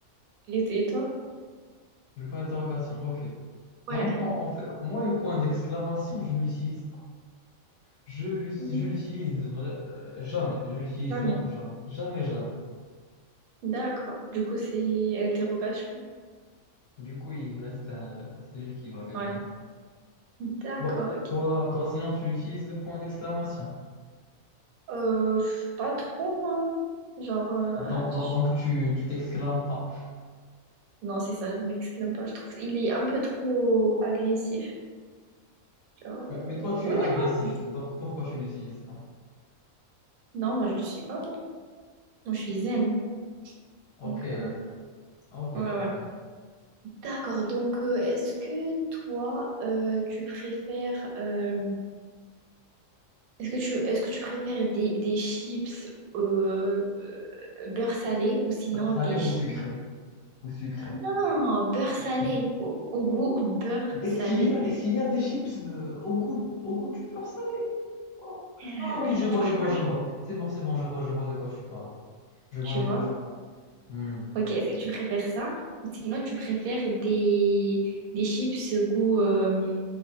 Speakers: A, on the right; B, on the left.
A: Et, et toi?
B: Le point d'interrogation. OK.
A: Ouais.
B: Bah, moi, en fait, moi le point d'exclamation, je l'utilise Je l'ut-
A: Non,
B: je l'utilise vra- euh, jamais. Je l'utilise
A: jamais.
B: vraiment jamais. Jamais, jamais.
A: D'accord. Du coup, c'est interrogation.
B: Du coup, il reste euh, c'est lui qui va gagner.
A: Ouais. D'accord.
B: Bah, toi,
A: ok.
B: toi, sinon, tu utilises le point d'exclamation.
A: Euh, pff, pas trop, hein. Genre, euh,
B: Donc, donc,
A: je-
B: donc, tu, tu t'exclames pas.
A: non, c'est ça, je m'exclame pas. Je trouve il est un peu trop agressif. Genre,
B: Mais,
A: euh,
B: mais toi, tu
A: ouais,
B: es agressif.
A: non.
B: Donc, pourquoi tu l'utilises pas?
A: Non, moi, je le suis pas. Moi, Moi, je suis zen.
B: Ok,
A: Donc, euh,
B: ok,
A: ouais,
B: ok.
A: ouais. D'accord. Donc, euh, est-ce que toi, euh, tu préfères. euh, Est-ce que tu, est-ce que tu préfères des, des chips euh, euh, beurre salé ou sinon
B: Ça, ça
A: des
B: allait au
A: chips...
B: sucré. Au sucré.
A: Non, beurre salé,
B: <laughs>
A: au, au goût beurre
B: Est-ce
A: salé.
B: qu'il y a, est-ce qu'il y a des chips euh, au goût, au goût du beurre salé? Quoi
A: Euh,
B: Ah oui, je
A: ben,
B: vois,
A: franchement,
B: je vois, je
A: je-
B: vois. C'est bon, c'est bon, je vois, je vois de quoi tu parles. Je
A: tu
B: vois de
A: vois.
B: quoi tu parles. Hmm.
A: Ok, est-ce que tu préfères ça ou sinon tu préfères des, des chips goût euh,